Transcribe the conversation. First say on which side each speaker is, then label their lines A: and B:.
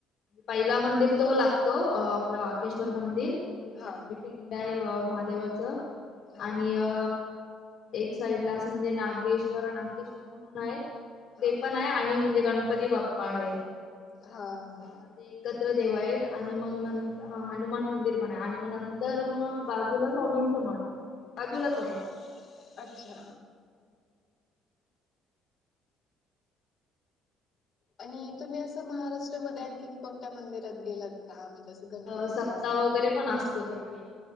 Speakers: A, on the left (about 55°); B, on the left (about 35°).
A: पहिला मंदिर तो लागतो. आ आपला वाकेश्वर मंदिर तिथे
B: हा
A: आपली पिंड आहे महादेवाचं
B: हा
A: आणि अ एक साइड ला असं म्हणजे नागेश्वर, नाकेश्वर म्हणून आहे. ते
B: हा
A: पण आहे आणि म्हणजे गणपती बाप्पा आहे.
B: हा.
A: ते एकत्र देव आहेत आणि मग नंतर हा हनुमान मंदिर पण आहे, आणि मग नंतर मग बाजूला स्वामींचं मठ आहे. बाजूलाचं
B: हा
A: आहे.
B: अच्छा आणि तुम्ही असं महाराष्ट्रा मध्ये आणखीन कोणत्या मंदिरात गेलात का? म्हणजे गणपतीच्या
A: हा सप्ताह वगैरे पण असतो तिकडे